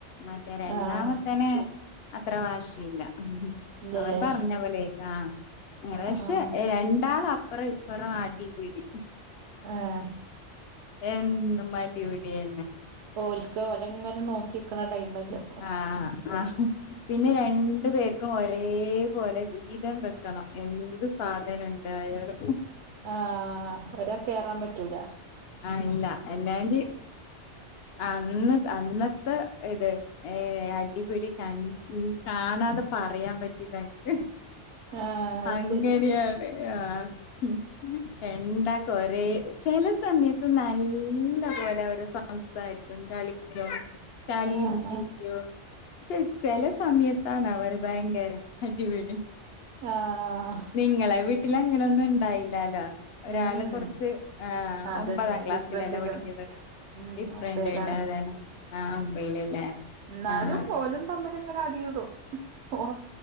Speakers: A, on the left; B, on the right.
A: മറ്റേ രണ്ടാമത്തേന്
B: ആഹ്
A: അത്ര വാശി ഇല്ല
B: ഇല്ലല്ലേ
A: അവൻ പറഞ്ഞ പോലേയെക്ക് ആ അങ്ങനെ
B: ആഹ്
A: പക്ഷെ
B: ആഹ്
A: രണ്ടാൾ ഇപ്പറ ഇപ്പറം അടി വീടി
B: എഹ്
A: എന്നും മടി വിടി എന്നെ
B: ഓൽക്ക് ഓലങ്ങനെ നോക്കിക്കണ ടൈം അല്ലേ
A: ആഹ് ആഹ്. പിന്നെ രണ്ടു പേർക്കും ഒരേ പോലെ വീതം വെക്കണം എന്ത് സ്. സാധന ണ്ടായാലും.
B: ആഹ് ഒരാക്കേറാൻ പറ്റൂല.
A: ആ ഇല്ല അല്ലങ്കി അന്ന് അന്നത്തെ ഇത്. ഏഹ് അടിപിടി കണ് കാണാതെ പറയാൻ പറ്റില്ല എനിക്ക്.
B: ആഹ് അത്
A: അങ്ങനെയാണ്
B: ശരി
A: ആഹ്. രണ്ടാക്കും ഒരേ ചെല സമയത്ത് നല്ല പോലെ അവര് പ സംസാരിക്കും കളിക്കും. കളീം
B: ആഹ്
A: ചിരിയും
B: ആഹ്
A: ച്ചെ ചെല സമയത്താണ് അവർ ഭയങ്കര. അടിപടി
B: ആഹ്
A: നിങ്ങളെ വീട്ടിലങ്ങനൊന്നുണ്ടായില്ലാലോ. ഒരാള്
B: ഉം
A: കൊർച്ച് ആഹ്
B: അതന്നെ
A: ഒമ്പതാം ക്ലാസ്സിലല്ലെ
B: ഡിഫറന്റ് അല്ലോണം
A: പഠിക്കുന്നത്.
B: ഉം
A: ഫ്രണ്ട്
B: ഒമ്പേലാണ്
A: ണ്ടായതന്നെ ആഹ് ഒമ്പയിലല്ലേ.
B: എന്നാലും
A: ആഹ്
B: ഓലും തമ്മിലിങ്ങനെ അടി ഇടും ഓ